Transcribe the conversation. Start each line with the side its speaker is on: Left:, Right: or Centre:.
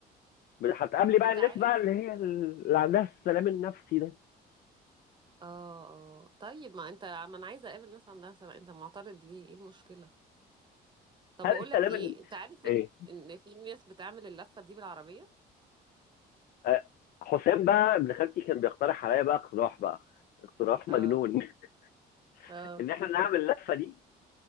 Left: هتقابلي بقى
Right: انت
Left: الناس
Right: عارف
Left: بقى اللي هي اللي عندها السلام النفسي ده
Right: اه اه طيب ما انت ما انا عايزه اقابل ناس عندها سبع انت معترض ليه ايه المشكله طب
Left: هل
Right: بقول
Left: السلام
Right: لك ايه
Left: ال...
Right: انت عارف
Left: ايه
Right: ان ان في ناس بتعمل اللفه دي بالعربيه
Left: آه، حسام بقى ابن خالتي كان بيقترح عليا بقى اقتراح بقى اقتراح مجنون
Right: اه
Left: <laughs>
Right: اه
Left: ان احنا نعمل اللفه دي